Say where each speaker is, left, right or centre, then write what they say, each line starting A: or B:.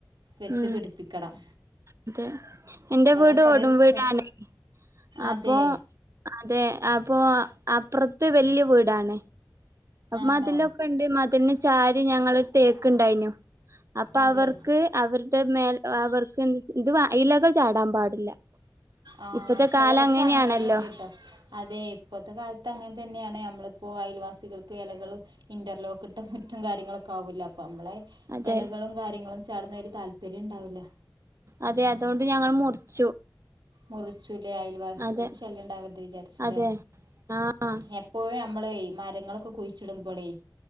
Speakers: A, on the right; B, on the right.
A: വെച്ച്
B: ഉ
A: പിടിപ്പിക്കണം
B: അതെ എന്റെ
A: ഇവിടെ
B: വീട്
A: കൊറേ
B: കടുംവീട്
A: സ്ഥ
B: ണെഅപ്പൊ
A: അതെ
B: അതെ അപ്പോൾ അപ്പുറത്ത് വലിയ വീടാണ് അപ്പ
A: ആണോ
B: മതിലൊക്കെ ഇണ്ട് മതിലന് ചാരി ഞങ്ങളരു തേക്ക് ഇണ്ടായിനു അപ്പൊ
A: അതെ
B: അവർക്ക് അവരുടെ മേൽ അവർക്ക് എ ഇത് ഇലകൾ ചാടാൻ പാടില്ല
A: ആഹ
B: ഇപ്പത്തെ
A: ചിലവർക്ക്
B: കാലം അങ്ങനെയാണല്ലോ
A: അങ്ങനെയണ്ട്ട്ട അതെ ഇപ്പത്തെ കാലത്ത് അങ്ങനെ തന്നെയാണ് നമ്മളിപ്പോൾ നമ്മളിപ്പോഅയൽവാസികൾക്ക് ഇലകളൾ ഇന്റർലോക്ക് ഇട്ടും മറ്റു കാര്യങ്ങളൊക്കെ ആാവില്ല അപ്പ നമ്മളെ
B: അതെ
A: ഇലകളും കാര്യങ്ങളും ചാടുന്ന ഒരു താല്പര്യം ഇണ്ടാവില്ല
B: അതെ അതുകൊണ്ട് ഞങ്ങൾ മുറിച്ചു
A: മുറിച്ചുല്ലേ അയൽവാസകൾക്ക്
B: അതെ
A: ശല്യം ഉണ്ടാവരുത് വിചാരിച്ചല്ലേ
B: അതെ ആഹ്
A: എപ്പോഴും നമ്മളെമരങ്ങളൊക്കെ കുഴിച്ചിടുമ്പോളേ